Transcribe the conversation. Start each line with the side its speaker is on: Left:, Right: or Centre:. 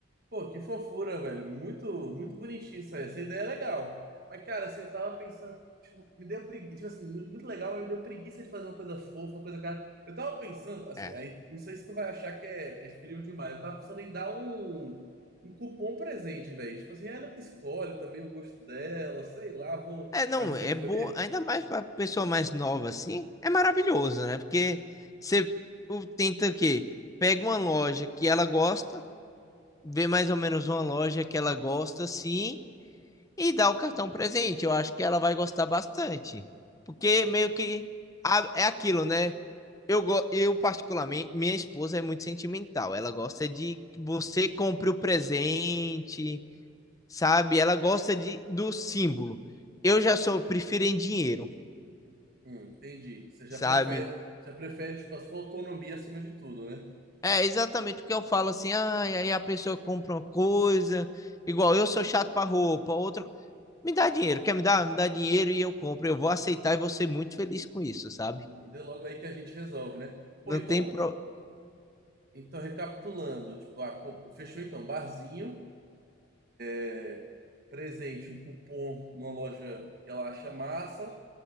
Right: Pô, que fofura, velho. Muito, muito bonitinho isso aí. Essa ideia é legal. Mas, cara, assim, eu tava pensando, tipo, me deu preguiça, tipo assim, muito legal, mas me deu preguiça de fazer uma coisa fofa, uma coisa cara. Eu tava pensando, assim,
Left: É,
Right: aí, não sei se tu vai achar que é, é frio demais. Eu tava pensando em dar um, um cupom presente, velho. Tipo assim, ela que escolhe também o gosto dela, sei lá, vou.
Left: É, não,
Right: Ah, você
Left: é
Right: vai escolher?
Left: boa, ainda mais para pessoa mais nova assim, é maravilhoso, né? Porque você o- tenta o quê? Pega uma loja que ela gosta, vê mais ou menos uma loja que ela gosta assim e dá o cartão presente. Eu acho que ela vai gostar bastante. Porque
Right: Pô,
Left: meio que a- é aquilo, né? Eu, go- eu particularmente, minha esposa é muito sentimental. Ela gosta de que você compre o presente, sabe? Ela gosta de, do símbolo. Eu já sou, prefiro em dinheiro.
Right: Hum, entendi. Você já
Left: sabe?
Right: prefere, já prefere, tipo, a sua autonomia acima de tudo, né?
Left: É exatamente o que eu falo assim, ah, e aí a pessoa compra uma coisa, igual eu sou chato para roupa, outra, me dá dinheiro, quer me dar? Me dá dinheiro e eu compro, eu vou aceitar e vou ser muito feliz com isso, sabe?
Right: Dê dê logo aí que a gente resolve, né? Pô,
Left: Não
Right: então,
Left: tem pro...
Right: Então, recapitulando, tipo, ah, pô, fechou então, barzinho, é, presente, um cupom numa loja que ela acha massa,